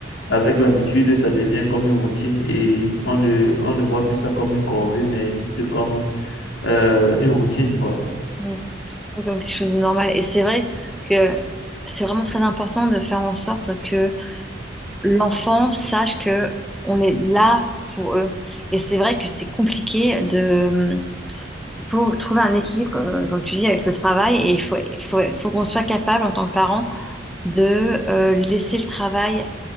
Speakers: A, on the left; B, in the centre.
A: avec l'habitude, ça devient comme une routine et on ne, on ne voit plus ça comme une corvée, mais juste comme euh, une routine, quoi.
B: oui. Oui, Comme quelque chose de normal. Et c'est vrai que c'est vraiment très important de faire en sorte que l'enfant sache que on est là pour eux. Et c'est vrai que c'est compliqué de Il faut trouver un équilibre, euh, comme tu dis, avec le travail et il faut, il faut, il faut qu'on soit capable en tant que parent de euh, laisser le travail